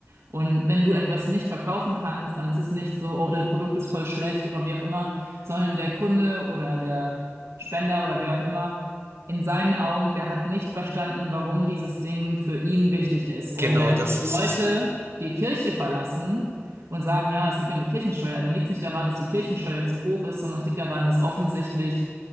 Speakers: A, on the right; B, on the right.
A: Und wenn du etwas nicht verkaufen kannst, dann ist es nicht so, oh, dein Produkt ist voll schlecht oder wie auch immer, sondern der Kunde oder der Spender oder wer auch immer, in seinen Augen, der hat nicht verstanden, warum dieses Ding für ihn wichtig ist.
B: Genau,
A: Und wenn
B: das ist
A: Leute
B: es.
A: die Kirche verlassen und sagen, ja, es liegt an der Kirchensteuer, dann liegt es nicht daran, dass die Kirchensteuer zu hoch ist, sondern es liegt daran, dass offensichtlich